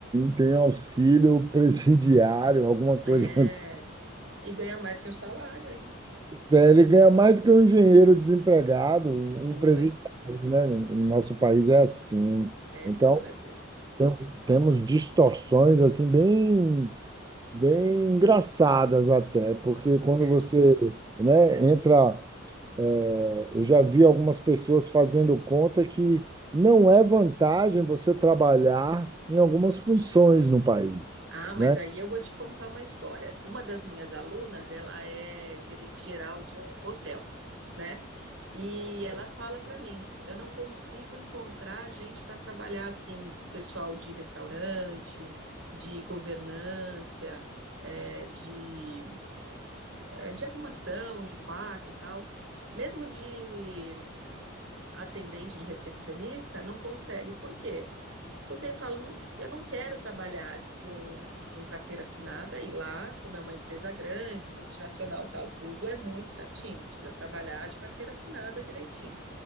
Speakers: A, on the right (about 20°); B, on the right (about 70°).
A: Tem auxílio <laughs> presidiário, alguma coisa
B: É,
A: assim.
B: e ganha mais que um salário ainda.
A: É, Ele ganha mais do que um engenheiro desempregado, um
B: É duro,
A: presidiário,
B: hein?
A: né? No nosso país é assim.
B: É
A: Então,
B: duro, é duro.
A: tem- temos distorções assim bem bem engraçadas até, porque quando
B: É.
A: você, né, entra, é, eu já vi algumas pessoas fazendo conta que não é vantagem você trabalhar em algumas funções no país,
B: Ah, mas
A: né?
B: aí eu vou te contar uma história. Uma das minhas alunas, ela é gerente geral de um hotel, né? E ela fala para mim, eu não consigo encontrar gente para trabalhar assim, pessoal de restaurante, de governança é, de eh, de arrumação, de quarto, e tal, mesmo de atendente, de recepcionista, não consegue. Por quê? Porque ele fala, "Não- eu não quero trabalhar com, com carteira assinada e lá, como é uma empresa grande, multinacional, tal, tudo é muito certinho, precisa trabalhar de carteira assinada direitinho.